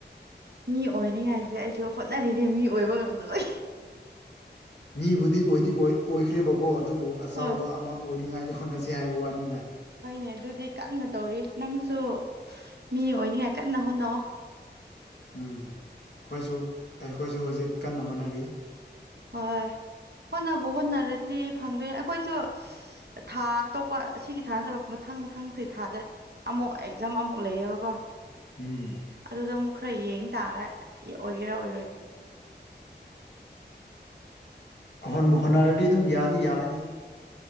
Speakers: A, on the right; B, on the left.
A: ꯃꯤ ꯑꯣꯏꯅꯤꯉꯥꯏꯁꯦ ꯑꯩꯁꯨ ꯍꯣꯠꯅꯔꯤꯅꯦ ꯃꯤ ꯑꯣꯏꯕ ꯉꯝꯗꯣꯏ
B: ꯃꯤꯕꯨꯗꯤ ꯑꯣꯏꯗꯤ ꯑꯣꯏꯈ꯭ꯔꯦꯕꯀꯣ ꯑꯗꯨꯕꯨ ꯑꯆꯕ
A: ꯍꯣꯏ
B: ꯑꯃ ꯑꯣꯏꯅꯤꯉꯥꯏꯗꯤ ꯍꯣꯠꯅꯁꯤ ꯍꯥꯏꯕ ꯋꯥꯅꯤꯗ
A: ꯍꯣꯏꯅꯦ ꯑꯗꯨꯗꯤ ꯀꯟꯅ ꯇꯧꯔꯤ ꯅꯪꯁꯨ ꯃꯤ ꯑꯣꯏꯅꯤꯉꯥꯏ ꯀꯟꯅ ꯍꯣꯠꯅꯧ
B: ꯎꯝ ꯑꯩꯈꯣꯏꯁꯨ ꯑꯩꯈꯣꯏꯁꯨ ꯍꯧꯖꯤꯛ ꯀꯟꯅ ꯍꯣꯠꯅꯔꯤ
A: ꯍꯣꯏ ꯍꯣꯠꯅꯕ ꯍꯣꯠꯅꯔꯗꯤ ꯐꯪꯗꯣꯏꯅꯦ ꯑꯩꯈꯣꯏꯁꯨ ꯊꯥ ꯑꯇꯣꯞꯄ ꯑꯁꯤꯒꯤ ꯊꯥꯅꯗꯕ ꯃꯊꯪ ꯃꯊꯪ ꯊꯥꯗ ꯑꯃꯨꯛ ꯑꯦꯛꯖꯥꯝ ꯑꯃꯨꯛ ꯂꯩꯌꯦꯕꯀꯣ
B: ꯎꯝ
A: ꯑꯗꯨꯗ ꯑꯃꯨꯛ ꯈꯔ ꯌꯦꯡ ꯇꯥꯔ ꯑꯣꯏꯒꯦꯔꯥ ꯑꯣꯏꯔꯣꯏ
B: ꯍꯣꯏ ꯍꯣꯠꯅꯔꯗꯤ ꯑꯗꯨꯝ ꯌꯥꯗꯤ ꯌꯥꯔꯅꯤꯗ